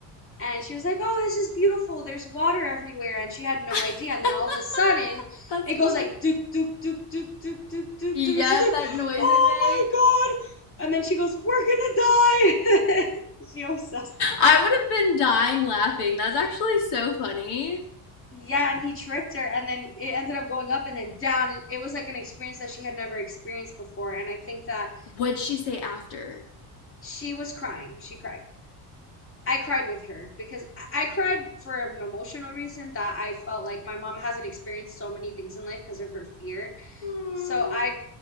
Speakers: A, on the left; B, on the left.
A: And she was like, "Oh, this is beautiful. There's water everywhere." And she had no
B: <laughs>
A: idea. And then all of a sudden,
B: that's
A: it
B: funny.
A: goes like doop doop doop doop doop doop doop
B: Yep,
A: doop. And she's like,
B: that noise
A: "Oh
B: it makes.
A: my God." And then she goes, "We're gonna die." <laughs> She always says,
B: I would have been dying laughing. That's actually so funny.
A: Yeah, and he tricked her, and then it ended up going up and then down. It was like an experience that she had never experienced before, and I think that
B: What'd she say after?
A: She was crying. She cried. I cried with her because I cried for an emotional reason that I felt like my mom hasn't experienced so many things in life because of her fear.
B: Hmm.
A: So I